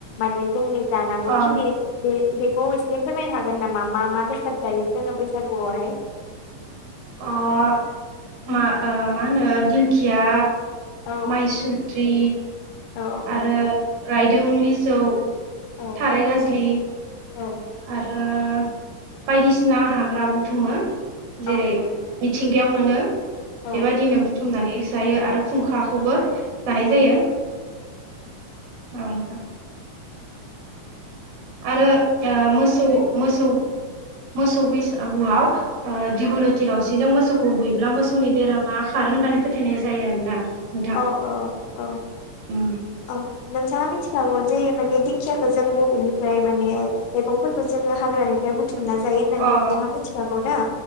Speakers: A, on the left (about 75°); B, on the right (about 80°).
A: माने जोंनि जानांगौखिनि
B: अ अ
A: बे बेखौ एसे फोरमायनो हागोन नामा मा -मा बेसाद जायो जोङो बैसागुआवहाय?
B: अ' मा ओ मा होनो दिंखिया
A: औ
B: माइसुन्द्रि
A: औ औ
B: आरो रायदों बिजौ
A: औ
B: थाराय गाजलि
A: औ
B: ओ बायदिसिना हाग्रा बुथुमो
A: औ
B: जेरै
A: औ
B: मिथिंग गायाव मोनो
A: औ
B: बेबायदिनो बुथुमनानै जायो आरो फुंखाखौबो जानाय
A: औ
B: जायो। अ' ह आरो ओ मोसौ- मोसौ- मोसौ बैसागुआव। ओ दिगुलथि लावसिजों मोसौखौ बुयोब्ला मोसौनि बेरामा खारो होननानै फोथायनाय जायो आरोना। नोंथां
A: औ औ औ
B: उम
A: औ नोंथाङा मिथिखागौ जे माने दिंखियाखौ जों बबेनिफ्राय माने मैगंफोरखौ जों हाग्रानिफ्राय बुथुमना जायो होननानै
B: अ
A: नोंथांआ मिथिखागौदा